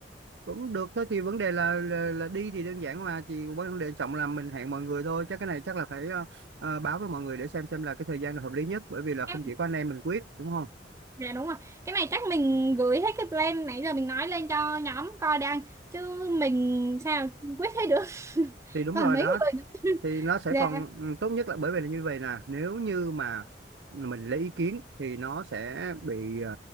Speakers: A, on the right; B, on the right.
A: cũng được thôi thì vấn đề là, là là đi thì đơn giản mà chỉ vấn đề trọng là mình hẹn mọi người thôi chắc cái này chắc là phải ờ, ờ, báo với mọi người để xem xem là cái thời gian là hợp lý nhất bởi vì là không
B: Dạ.
A: chỉ có anh em mình quyết đúng không
B: Dạ đúng rồi. Cái này chắc mình gửi hết cái plan nãy giờ mình nói lên cho nhóm coi đang chứ mình sao quyết thấy được. <laughs>
A: thì đúng
B: Còn
A: rồi
B: mấy
A: đó
B: người nữa.
A: thì
B: <laughs>
A: nó sẽ
B: Dạ.
A: còn ừ, tốt nhất là bởi vì là như vậy nè nếu như mà mình lấy ý kiến thì nó sẽ bị ờ,